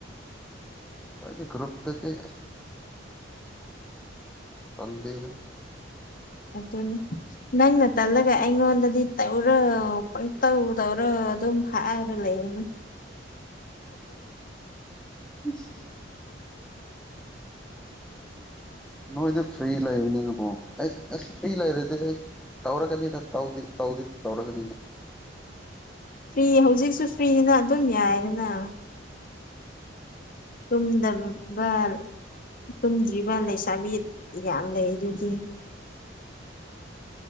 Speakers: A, in the centre; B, on the left.
A: ꯑꯗꯤ ꯀ꯭ꯨꯞꯄꯗꯤ ꯇꯟꯂꯦꯗ
B: ꯑꯗꯨꯅꯤ ꯅꯪꯅ ꯇꯜꯂꯒ ꯑꯩꯉꯣꯟꯗꯗꯤ ꯇꯧꯔꯣ ꯄꯪꯇꯧ ꯇꯧꯔ ꯑꯗꯨꯝ ꯍꯥꯏꯔ ꯂꯩꯅꯦ
A: <inaudible> ꯎꯁ ꯅꯣꯏꯗꯤ ꯐ꯭ꯔꯤ ꯂꯩꯕꯅꯦ ꯅꯀꯣ ꯑꯁ ꯐ꯭ꯔꯤ ꯂꯩꯔꯦꯗꯤ ꯑꯩ ꯇꯧꯔꯒꯅꯤꯅ ꯇꯧ ꯇꯧꯗꯤ ꯇꯧꯔꯒꯅꯤꯅ
B: ꯐ꯭ꯔꯤ ꯍꯧꯖꯤꯛꯁꯨ ꯐ꯭ꯔꯤꯅꯤꯅ ꯑꯗꯨꯝ ꯌꯥꯏꯗꯅ ꯇꯨꯝꯗꯕ ꯇꯨꯝꯗ꯭ꯔꯤꯕ ꯂꯩꯁꯥꯕꯤ ꯌꯥꯝ ꯂꯩ ꯑꯗꯨꯗꯤ